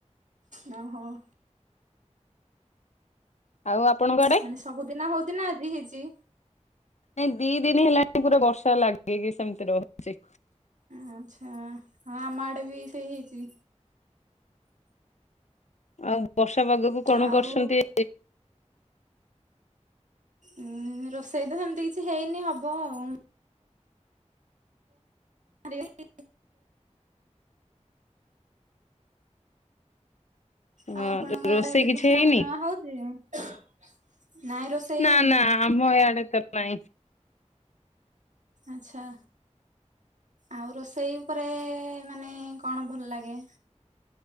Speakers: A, on the right; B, on the left.
A: ନା ଓହୋ।
B: ଆଉ ଆପଣଙ୍କ ଆଡେ?
A: ମାନେ ସବୁଦିନ ହଉଚି ନା ଆଜି ହେଇଚି।
B: ନାଇଁ ଦି ଦିନି ହେଲାଣି ପୁରା ବର୍ଷା ଲାଗିକି ସେମତି ରହୁଚି।
A: ଆଁଚ୍ଛାଁ ହଁ ଆମ ଆଡେ ବି ସେଇ ହେଇଚି।
B: ଆଉ ବର୍ଷା ପାଗକୁ କଣ
A: ଆଉ
B: କରୁସନ୍ତି?
A: ଉଁ ରୋଷେଇ ତ ସେମତି କିଛି ହେଇନି ହବ ଆଉ ଉଁ। <inaudible>
B: ହଁ
A: ଆଉ ଆପଣଙ୍କ
B: ରୋଷେଇ
A: ଆଡେ ଦେବସ୍ନାନ
B: କିଛି ହେଇନି?
A: ପୂର୍ଣ୍ଣିମା ହଉଚି? ନାଇଁ ରୋଷେଇ
B: ନା
A: ହେଇନି।
B: ନା ଆମ ଇଆଡେ ତ ନାଇଁ
A: ଆଚ୍ଛା। ଆଉ ରୋଷେଇ ଉପରେ ମାନେ କଣ ଭଲ ଲାଗେ?